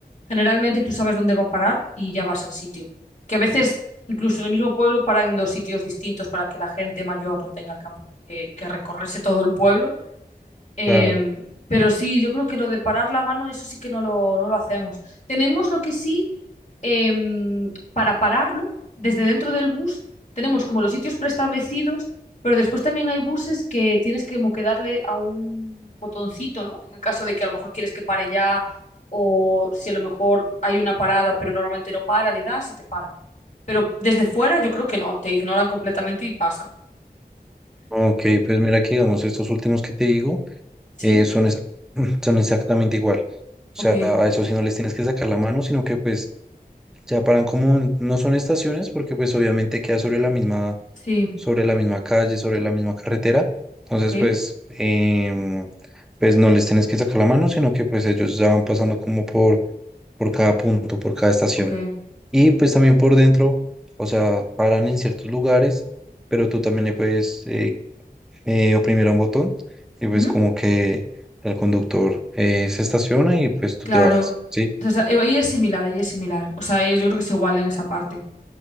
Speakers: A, on the left; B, in the centre.
A: generalmente tú sabes dónde va a parar y ya vas al sitio. Que a veces incluso en el mismo pueblo paran en dos sitios distintos para que la gente mayor no tenga campo que, que recorrerse todo el pueblo. Eh,
B: claro.
A: pero sí, yo creo que lo de parar la mano, eso sí que no lo, no lo hacemos. Tenemos lo que sí, eh, para pararlo, desde dentro del bus, tenemos como los sitios preestablecidos, pero después también hay buses que tienes que como que darle a un botoncito, ¿no? En el caso de que a lo mejor quieres que pare ya, o si a lo mejor hay una parada, pero normalmente no para, le das y te para. Pero desde fuera yo creo que no, te ignoran completamente y pasan.
B: Ok, pues mira que digamos, estos últimos que te digo
A: ¿Sí?
B: eh, son, es- <clears throat> son exactamente igual. O
A: Ok,
B: sea, a eso sí no les tienes que sacar la mano, sino que pues ya paran como, en- no son estaciones, porque pues obviamente queda sobre la misma,
A: sí,
B: sobre la misma calle, sobre la misma carretera. Entonces,
A: ok,
B: pues, em, pues no les tienes que sacar la mano, sino que pues ellos ya van pasando como por, por cada punto, por cada estación.
A: ok.
B: Y pues también por dentro, o sea, paran en ciertos lugares, pero tú también le puedes... eh, eh, oprimiera un botón y pues
A: Ujú.
B: como que el conductor eh, se estaciona y pues tú
A: Claro.
B: te bajas, ¿sí?
A: Entonces, eh, ahí es similar, ahí es similar. O sea, eh, yo creo que es igual en esa parte.